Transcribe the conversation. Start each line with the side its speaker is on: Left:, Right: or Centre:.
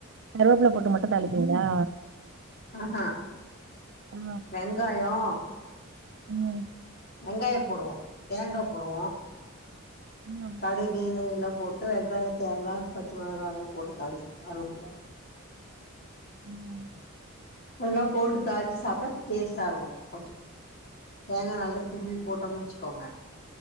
Right: கருவேப்பில போட்டு மட்டு தாளிப்பீங்களா
Left: ஆஹ
Right: ஆ
Left: வெங்காயோ
Right: ம்
Left: வெங்காய போடுவோ தேங்கா போடுவோ
Right: இன்ன
Left: கடுகு இது எல்லா போட்டு வெங்காயொ தேங்கா பச்ச மொளகால்லா போட்டு தாளிப் கருவேப்புல
Right: ம்
Left: எல்லா போட்டு தாளிச்சு சாப்ட்டா டேஸ்ட்டா இருக்கு கொஞ்சொ தேங்கா நல்லா துருவி போட்டோம்னு வெச்சுக்கோங்க